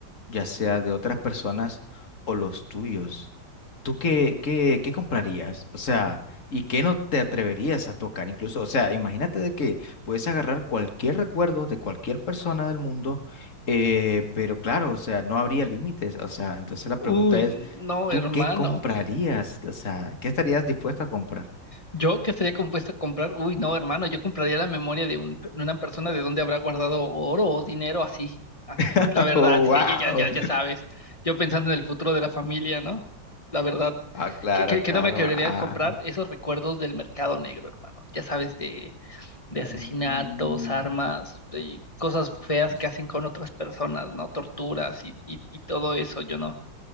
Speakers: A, on the left (about 40°); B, on the left (about 20°).
A: ya sea de otras personas o los tuyos. ¿Tú qué, qué, qué comprarías? O sea, ¿y qué no te atreverías a tocar incluso? O sea, imagínate de que puedes agarrar cualquier recuerdo de cualquier persona del mundo, eh, pero claro, o sea, no habría límites. O sea, entonces la pregunta
B: Uy,
A: es,
B: no,
A: ¿tú
B: hermano.
A: qué comprarías? O sea, ¿qué estarías dispuesto a comprar?
B: Yo que estaría compuesto a comprar, uy, no, hermano, yo compraría la memoria de, un, de una persona de donde habrá guardado oro o dinero así, así,
A: <laughs>
B: la verdad,
A: Oh,
B: sí,
A: wow.
B: ya, ya, ya, ya sabes, yo pensando en el futuro de la familia, ¿no? La verdad,
A: Ah, claro,
B: que, que, que
A: claro.
B: no me querría
A: Ajá.
B: comprar esos recuerdos del mercado negro, hermano, ya sabes, de, de asesinatos,
A: Uh,
B: armas, de cosas feas
A: pues,
B: que hacen con otras personas, ¿no? Torturas y, y, y todo eso, yo no,